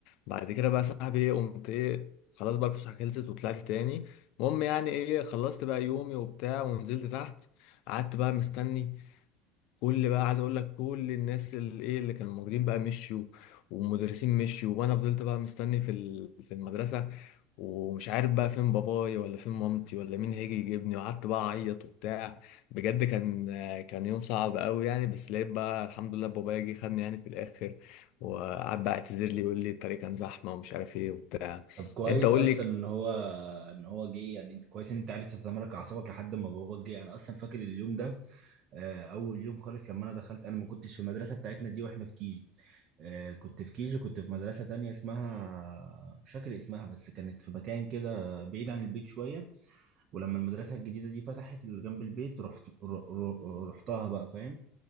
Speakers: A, on the left (about 65°); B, on the right (about 45°).
A: بعد كده بقى صاحبي إيه قمت إيه خلاص بقى الفسحة خلصت وطلعت تاني المهم يعني إيه خلصت بقى يومي وبتاع ونزلت تحت قعدت بقى مستني كل بقى عايز اقول لك كل الناس اللي ايه اللي كانوا موجودين بقى مشيوا والمدرسين مشيوا وانا فضلت بقى مستني في ال- في المدرسه ومش عارف بقى فين بابايا ولا فين مامتي ولا مين هيجي يجيبني وقعدت بقى اعيط وبتاع بجد كان كان يوم صعب قوي يعني بس لقيت بقى الحمد لله بابايا جه خدني يعني في الاخر وقعد بقى اعتذر لي يقول لي الطريق كان زحمه ومش عارف ايه وبتاع
B: طب كويس
A: انت قول
B: اصلا
A: لي
B: ان هو ان هو جه يعني انت كويس ان انت عرفت تتمالك اعصابك لحد ما باباك جه انا اصلا فاكر اليوم ده آه، اول يوم خالص لما انا دخلت انا ما كنتش في المدرسه بتاعتنا دي واحنا في كيجي آه، كنت في كيجي كنت في مدرسه تانية اسمها مش فاكر اسمها بس كانت في مكان كده بعيد عن البيت شويه ولما المدرسه الجديده دي فتحت اللي جنب البيت رحت ر- ر- رحتها بقى فاهم